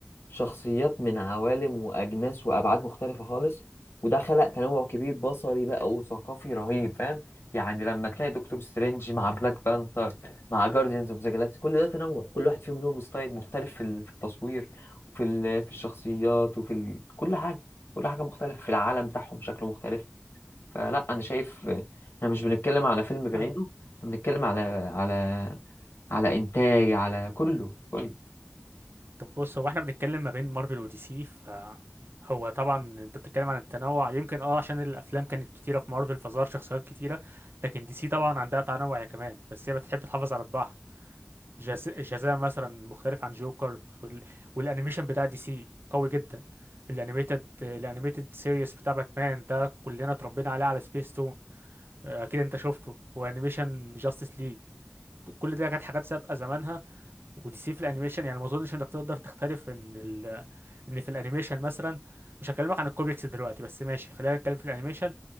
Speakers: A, on the left; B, on the right.
A: شخصيات من عوالم وأجناس وأبعاد مختلفة خالص وده خلق تنوع كبير بصري بقى وثقافي رهيب فاهم يعني لما تلاقي دكتور سترينج مع بلاك بانثر مع جارديانز اوف ذا جالاكسي كل ده تنوع كل واحد فيهم له ستايل مختلف في ال- في التصوير وفي ال- في الشخصيات وفي ال... كل حاجة كل حاجة مختلفة في العالم بتاعهم شكله مختلف فلا أنا شايف آه، احنا مش بنتكلم على فيلم بعينه
B: نعم.
A: احنا بنتكلم على على على إنتاج على كله كله
B: طب بص هو احنا بنتكلم ما بين مارفل ودي سي ف هو طبعا انت بتتكلم عن التنوع يمكن اه عشان الافلام كانت كتيره في مارفل فظهر شخصيات كتيره لكن دي سي طبعا عندها تنوع يا كمان بس هي بتحب تحافظ على طباعها جاز- جزاء مثلا مختلف عن جوكر وال... والانيميشن بتاع دي سي قوي جدا الانيميتد الانيميتد سيريس بتاع باتمان ده كلنا اتربينا عليه على سبيس تون اكيد انت شفته وانيميشن جاستس ليج كل ده كانت حاجات سابقه زمانها ودي سي في الانيميشن يعني ما اظنش انك تقدر تختلف ان ال... ان في الانيميشن مثلا مش هكلمك عن الكوميكس دلوقتي بس ماشي خلينا نتكلم في الانيميشن